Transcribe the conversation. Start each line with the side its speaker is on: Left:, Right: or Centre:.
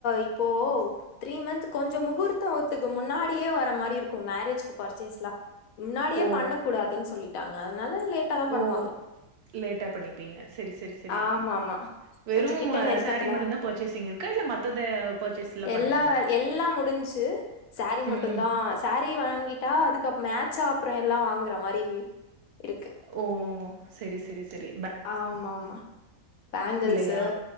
Left: இப்போ த்ரீ மந்த் கொஞ்சோ முகூர்த்தத்துக்கு முன்னாடியே வரற மாரி இருக்கு மேரேஜ்க்கு பர்ச்சேஸ்லா முன்னாடியே
Right: ஓ
Left: பண்ண கூடாதுன்னு சொல்லிட்டாங்க அதனால லேட்டாதா
Right: ஓ
Left: பண்ணுவாங்க
Right: லேட்டா பண்ணிப்பீங்க, செரி செரி செரி
Left: ஆமா ஆமா
Right: வெறும்
Left: கொஞ்ச கிட்ட நெருக்கத்துல
Right: சா ரி மட்டுந்தா பர்ச்சேசிங் இருக்கா இல்ல மத்த பர்ச்சேஸ்ல்லா பண்ணும்மா
Left: எல்லா வேல எல்லா முடிஞ்சு சாரீ மட்டுந்தா
Right: ம்
Left: சாரீ வாங்கிட்டா அதுக்கு மேட்சா அப்பறோ எல்லா வாங்குற மாரி இருக்கு
Right: ஓ செரி செரி செரி
Left: ஆமா ஆமா பேங்கல்ஸ்சு
Right: இல்லையா?